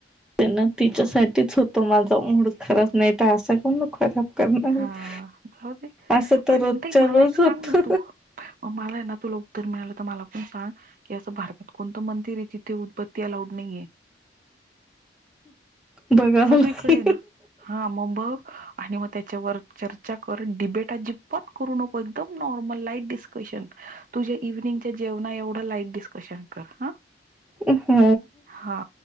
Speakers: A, in the centre; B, on the right.
A: ते ना तिच्यासाठीच होतो माझा मूड खराब नाही तर असा काण खराब करणार
B: हा जाऊ दे
A: असं तर
B: पण
A: रोजच्या
B: ते मला
A: रोज
B: एक
A: होत
B: सांग ना तू मलाना तुला उत्तर मिळालं तर मला पण सांग. कि असं भारतात कोणत मंदिर आहे, जिथं उदाबत्ती अलाउड नाहीये.
A: बघाव
B: सगळीकडे
A: ला
B: आहे ना हा मग बघ आणि मग त्याच्यावर चर्चा कर, डिबेट अजिबात करू नको. एकदम नॉर्मल लाईट डिस्कशन तुझ्या इव्हनिंगच्या जेवणा एवढं लाईट डिस्कशन कर. हा
A: हा
B: हा